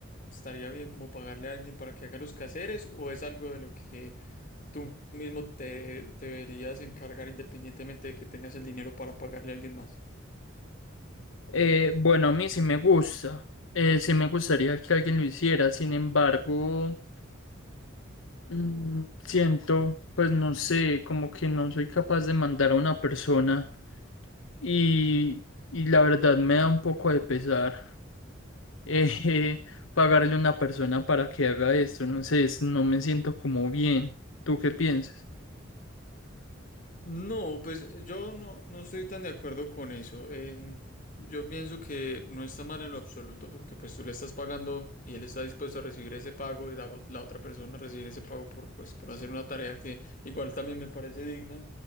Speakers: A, on the left; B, on the left.
A: estaría bien como pagarle a alguien para que haga los quehaceres o es algo de lo que tú mismo te deberías encargar independientemente de que tengas el dinero para pagarle a alguien más?
B: Eh, bueno, a mí sí me gusta, eh, sí me gustaría que alguien lo hiciera, sin embargo, mm, siento, pues no sé, como que no soy capaz de mandar a una persona y, y la verdad me da un poco de pesar. eh, <laughs> pagarle a una persona para que haga esto, no sé, es- no me siento como bien. ¿Tú qué piensas?
A: No, pues yo no, no estoy tan de acuerdo con eso. Em, yo pienso que no está mal en lo absoluto porque pues tú le estás pagando y él está dispuesto a recibir ese pago y la, o- la otra persona a recibir ese pago por, pues, por hacer una tarea que igual también me parece digna.